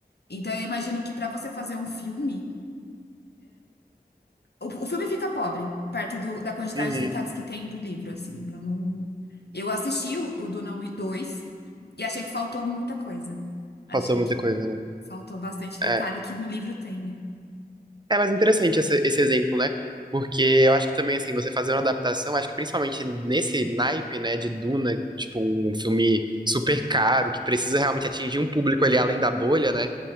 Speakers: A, on the left (about 85°); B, on the right (about 25°).
A: Então eu imagino que para você fazer um filme, o, o filme fica pobre, perto do- da quantidade
B: Uhum.
A: de detalhes que tem do livro, assim. Eu não, eu assisti o, o Duna 1 e 2 e achei que faltou muita coisa. Achei
B: Faltou muita
A: que
B: coisa, né?
A: faltou bastante detalhe
B: É.
A: que no livro tem, né?
B: É mais interessante esse, esse exemplo, né? Porque eu acho que também, assim, você fazer uma adaptação, acho que principalmente nesse naipe, né, de Duna, tipo, um filme super caro, que precisa realmente atingir um público ali além da bolha, né?